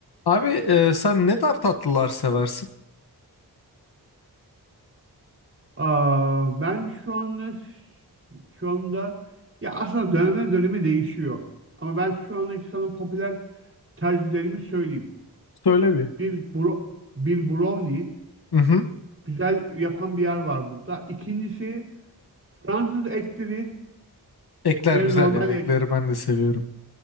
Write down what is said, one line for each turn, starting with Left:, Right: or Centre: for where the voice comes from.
Left: Abi e, sen ne tarz tatlılar seversin?
Right: Aa, ben şu anda şu anda ya aslında dönemden döneme değişiyor. Ama ben şu andaki sana popüler tercihlerimi söyleyeyim.
Left: Söyle bir.
Right: Bir bro, bir brownie
Left: Mhm.
Right: güzel yapan bir yer var burada. İkincisi Fransız ekleri
Left: Ekler
Right: ve
Left: güzel
Right: normal
Left: ya. Ekleri
Right: ek-
Left: ben de seviyorum.